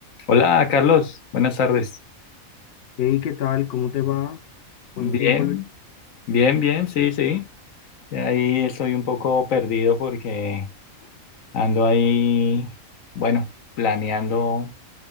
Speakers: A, on the left; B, on the left.
A: Hola, Carlos. Buenas tardes.
B: Hey, ¿qué tal? ¿Cómo te va? ¿Cuánto
A: Bien,
B: tiempo, Luis?
A: bien, bien, sí, sí. Y ahí estoy un poco perdido porque ando ahí, bueno, planeando